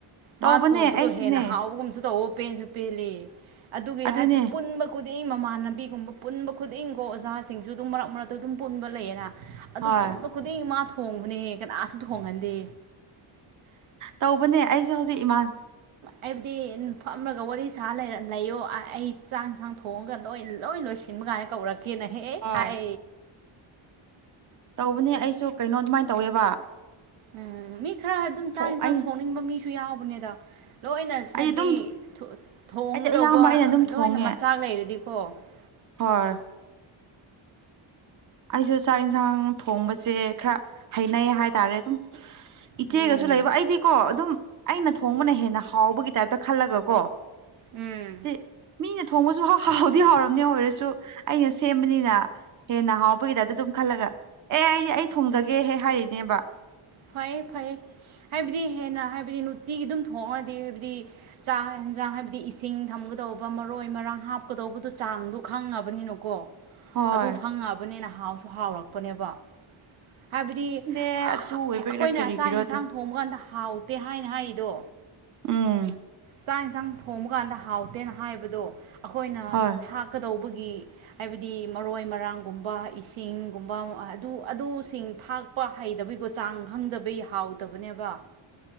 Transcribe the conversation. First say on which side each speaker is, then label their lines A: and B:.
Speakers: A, on the right (about 40°); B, on the right (about 80°).
A: ꯇꯧꯕꯅꯦ
B: ꯃꯥ ꯊꯣꯡꯕꯗꯣ
A: ꯑꯩꯁꯨꯅꯦ
B: ꯍꯦꯟꯅ ꯍꯥꯎꯕꯒꯨꯝꯁꯨ ꯇꯧꯋ ꯄꯦꯟꯁꯨ ꯄꯦꯜꯂꯤ ꯑꯗꯨꯒꯤ
A: ꯑꯗꯨꯅꯦ
B: ꯍꯥꯏꯕꯗꯤ ꯄꯨꯟꯕ ꯈꯨꯗꯤꯡ ꯃꯃꯥꯟꯅꯕꯤꯒꯨꯝꯕ ꯄꯨꯟꯕ ꯈꯨꯗꯤꯡꯒꯣ ꯑꯣꯖꯥꯁꯤꯡꯁꯨ ꯑꯗꯨꯝ ꯃꯔꯛ ꯃꯔꯛꯇ ꯑꯗꯨꯝ ꯄꯨꯟꯕ ꯂꯩꯌꯦꯅ ꯑꯗꯨ
A: ꯍꯣꯏ
B: ꯄꯨꯟꯕ ꯈꯨꯗꯤꯡ ꯃꯥ ꯊꯣꯡꯕꯅꯦ ꯀꯅꯥꯁꯨ ꯊꯣꯡꯍꯟꯗꯦ
A: ꯇꯧꯕꯅꯦ ꯑꯩꯁꯨ ꯍꯧꯖꯤꯛ ꯏꯃꯥꯟ
B: ꯑꯩꯕꯨꯗꯤ ꯐꯝꯃꯒ ꯋꯥꯔꯤ ꯁꯥ ꯂꯩꯌꯣ ꯑꯩ ꯆꯥꯛꯁꯥꯡ ꯊꯣꯡꯉꯒ ꯂꯣꯏ ꯂꯣꯏ ꯂꯣꯏꯁꯤꯟ ꯑꯃ ꯀꯥꯏꯅ ꯀꯧꯔꯛꯀꯦꯅꯍꯦ
A: ꯍꯣꯏ
B: ꯍꯥꯏ
A: ꯇꯧꯕꯅꯦ ꯑꯩꯁꯨ ꯀꯩꯅꯣ ꯑꯗꯨꯃꯥꯏꯅ ꯇꯧꯋꯦꯕ
B: ꯎꯝ ꯃꯤ ꯈꯔ ꯍꯥꯏꯕ ꯑꯗꯨꯝ ꯆꯥꯛ
A: ꯊꯣꯡ
B: ꯌꯦꯟꯁꯥꯡ
A: ꯑꯩ
B: ꯊꯣꯡꯅꯤꯡꯕ ꯃꯤꯁꯨ ꯌꯥꯎꯕꯅꯦꯗ ꯂꯣꯏꯅ
A: ꯑꯩ
B: ꯍꯥꯏꯕꯗꯤ
A: ꯑꯗꯨꯝ
B: ꯊꯣꯡꯒꯗꯧꯕ
A: ꯑꯩꯗꯤ ꯑꯌꯥꯝꯕ ꯑꯩꯅ ꯑꯗꯨꯝ ꯊꯣꯡꯉꯦ
B: ꯂꯣꯏꯅ ꯃꯆꯥꯛ ꯂꯩꯔꯗꯤꯀꯣ <unintelligible>
A: ꯍꯣꯏ ꯑꯩꯁꯨ ꯆꯥꯛ ꯌꯦꯟꯁꯥꯡ ꯊꯣꯡꯕꯁꯦ ꯈꯔ ꯍꯩꯅꯩ ꯍꯥꯏꯇꯥꯔꯦ ꯑꯗꯨꯝ ꯏꯆꯦꯒꯁꯨ
B: ꯎꯝ
A: ꯂꯩꯕ ꯑꯩꯗꯤꯀꯣ ꯑꯗꯨꯝ ꯑꯩꯅ ꯊꯣꯡꯕꯅ ꯍꯦꯟꯅ ꯍꯥꯎꯕꯒꯤ ꯇꯥꯏꯞꯇ ꯈꯜꯂꯒꯀꯣ
B: ꯎꯝ
A: ꯍ ꯃꯤꯅ ꯊꯣꯡꯕꯁꯨꯥꯎ ꯍꯥꯎꯗꯤ ꯍꯥꯎꯔꯝꯅꯤ ꯑꯣꯏꯔꯁꯨ ꯑꯩꯅ ꯁꯦꯝꯕꯅꯤꯅ ꯍꯦꯟꯅ ꯍꯥꯎ ꯂꯄꯒꯤꯗꯗ ꯑꯗꯨꯝ ꯈꯜꯂꯒ ꯑꯦ ꯑꯩ ꯑꯩ ꯊꯣꯡꯖꯒꯦꯍꯦ ꯍꯥꯏꯔꯤꯅꯦꯕ
B: ꯐꯩꯌꯦ ꯐꯩ ꯍꯥꯏꯕꯗꯤ ꯍꯦꯟꯅ ꯍꯥꯏꯕꯗꯤ ꯅꯨꯡꯇꯤꯒꯤ ꯑꯗꯨꯝ ꯊꯣꯡꯉꯒꯗꯤ ꯍꯥꯏꯕꯗꯤ ꯆꯥ ꯌꯦꯟꯁꯥꯡ ꯍꯥꯏꯕꯗꯤ ꯏꯁꯤꯡ ꯊꯝꯒꯗꯧꯕ ꯃꯔꯣꯏ ꯃꯔꯥꯡ ꯍꯥꯞꯀꯗꯧꯕꯗꯨꯣ ꯆꯥꯡꯗꯣ ꯈꯪꯉꯕꯅꯤꯅꯀꯣ
A: ꯍꯣꯏ
B: ꯑꯗꯨ ꯈꯪꯉꯑꯕꯅꯤꯅ ꯍꯥꯎꯁꯨ ꯍꯥꯎꯔꯛꯄꯅꯦꯕ ꯍꯥꯏꯕꯗꯤ
A: ꯈꯪꯗꯦ ꯑꯗꯨ ꯑꯣꯏꯕꯒꯤꯔ
B: ꯑꯩꯈꯣꯏꯅ
A: ꯀꯔꯤꯒꯤꯔꯣ
B: ꯆꯥꯛ ꯌꯦꯟꯁꯥꯡ
A: ꯑꯗꯨ
B: ꯊꯣꯡꯕ ꯀꯥꯟꯗ ꯍꯥꯎꯇꯦ ꯍꯥꯏꯅ ꯍꯥꯏꯔꯤꯗꯣ
A: ꯎꯝ
B: ꯆꯥꯛ ꯌꯦꯟꯁꯥꯡ ꯊꯣꯡꯕ ꯀꯥꯟꯗ ꯍꯥꯎꯇꯦꯅ ꯍꯥꯏꯕꯗꯣ ꯑꯩꯈꯣꯏꯅ
A: ꯍꯣꯏ
B: ꯊꯥꯛꯀꯗꯧꯕꯒꯤ ꯑꯩꯈꯣꯏ ꯒꯤ ꯍꯥꯏꯕꯗꯤ ꯃꯔꯣꯏ ꯃꯔꯥꯡꯒꯨꯝꯕ ꯏꯁꯤꯡꯒꯨꯝꯕ ꯑꯗꯨ ꯑꯗꯨꯁꯤꯡ ꯊꯥꯛ ꯂꯄ ꯍꯩꯗꯕꯩꯀꯣ ꯆꯥꯡ ꯈꯪꯗꯕꯩ ꯍꯥꯎꯇꯕꯅꯦꯕ